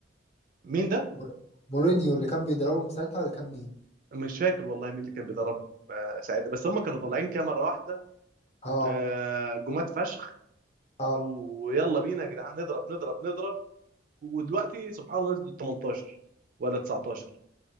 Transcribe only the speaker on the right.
مين ده؟
مش فاكر والله مين اللي كان بيدربهم آه، ساعتها بس هم كانوا طالعين كده مره واحده
آه، جماد فشخ
ويلا بينا يا جدعان نضرب نضرب نضرب ودلوقتي سبحان الله نزلوا 18 ولا 19